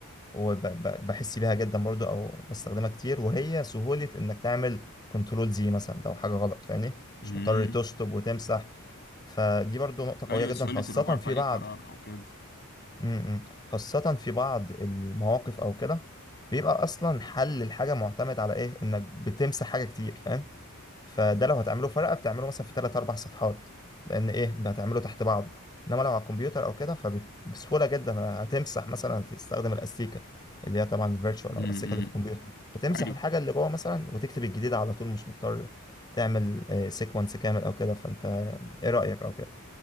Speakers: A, on the left; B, on the left.
A: وبحس بيها جدا برضو او بستخدمها كتير وهي سهولة انك تعمل كنترول زي مثلا لو حاجة غلط فاهمني
B: امم
A: مش مضطر تشطب وتمسح فدي برضو نقطة
B: ايوه
A: قوية جدا
B: سهولة
A: خاصة
B: الرجوع في
A: في
B: اي
A: بعض
B: قرار او كده
A: م- م. خاصة في بعض المواقف او كده بيبقى اصلا حل الحاجة معتمد على ايه انك بتمسح حاجة كتير فاهم فده لو هتعمله ورقة بتعمله مثلا في تلات أربع صفحات لأن إيه هتعمله تحت بعضه إنما لو على الكمبيوتر أو كده فبسهولة جدا هتمسح مثلا هتستخدم الأستيكة اللي هي طبعا الفيرتشوال
B: امم
A: أو الأستيكة اللي في الكمبيوتر وتمسح
B: ايوه
A: الحاجة اللي جوه مثلا وتكتب الجديدة على طول مش مضطر تعمل سيكونس كامل أو كده فأنت إيه رأيك أو كده؟